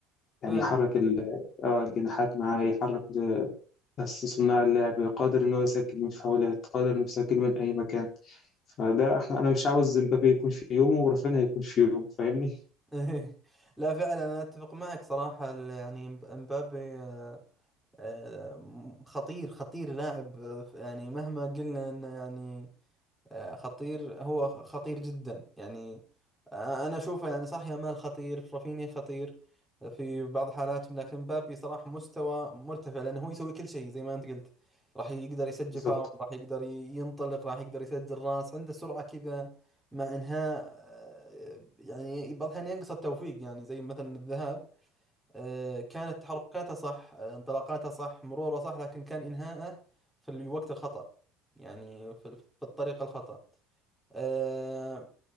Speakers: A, on the left; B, in the centre.
A: يعني
B: فعلا
A: يحرك ال- آه، الجناحات معاه يحرك بس صناع اللعب قادر إن هو يسجل من فاولات قادر إنه يسجل من أي مكان فده احنا أنا مش عاوز امبابي يكون في يومه ورافينيا يكون في يومه فاهمني
B: <laughs> لا فعلا انا اتفق معك صراحة ال- يعني مب- مبابي آه، آه، خطير خطير لاعب آه، يعني مهما قلنا انه يعني آه، خطير هو خطير جدا يعني آه، أنا أشوفه يعني صح يامال خطير رافينيا خطير في بعض حالاتهم لكن مبابي صراحة مستوى مرتفع لأنه هو يسوي كل شيء زي ما أنت قلت راح يقدر يسجل
A: بالظبط
B: فاول راح يقدر ي- ينطلق راح يقدر يسجل راس عنده سرعة كذا مع إنهاء آه، يعني بعض الأحيان ينقص التوفيق يعني زي مثلا الذهاب آه، كانت تحركاته صح آه، انطلاقاته صح مروره صح لكن كان إنهاءه في الوقت الخطأ يعني في في الطريقة الخطأ آه